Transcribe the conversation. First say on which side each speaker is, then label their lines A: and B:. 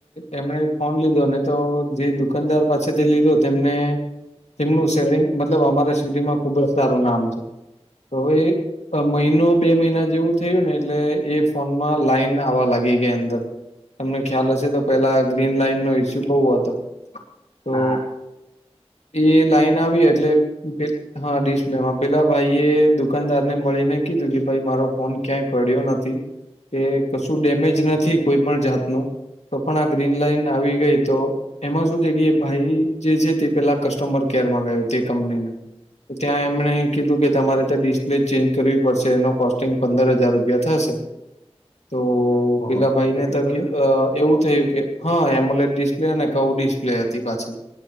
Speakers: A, on the left; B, on the left.
A: એમણે ફોન લીધો ને તો જે દુકાનદાર પાસેથી લીધો તેમને તેમનું સેલિંગ મતલબ અમારા સિટીમાં ખૂબ જ સારું નામ છે. હવે મહિનો બે મહિના જેવું થયું ને એટલે એ ફોનમાં લાઈન આવા લાગી ગઈ અંદર તમને ખ્યાલ હશે તો પેલા ગ્રીન લાઈનનો ઈસ્યુ બઉ હતો. તો
B: હા.
A: એ લાઈન આવી એટલે હા ડિસ્પ્લેમાં પેલા ભાઈએ દુકાનદારને મળીને કીધું કે ભાઈ મારો ફોન ક્યાંય પડ્યો નથી. કે કશું ડેમેજ નથી કોઈ પણ જાતનું. તો પણ આ ગ્રીન લાઈન આવી ગઈ તો એમાં શું છે કે ભાઈ જે છે તે પેહલા કસ્ટમર કેરમાં ગયો તે કંપનીના. ત્યાં એમણે કીધું કે તમારે ત્યાં ડિસ્પ્લે ચેન્જ કરવી પડશે એનો કોસ્ટિંગ પંદર હજાર રૂપિયા થશે. તો
B: ઓહો
A: પેલા ભાઈને
B: એટલું
A: તકલી
B: બધું
A: એવું થયું કે હા એમોલેડ ડિસ્પ્લે અને કવ ડિસ્પ્લે હતી પાછી.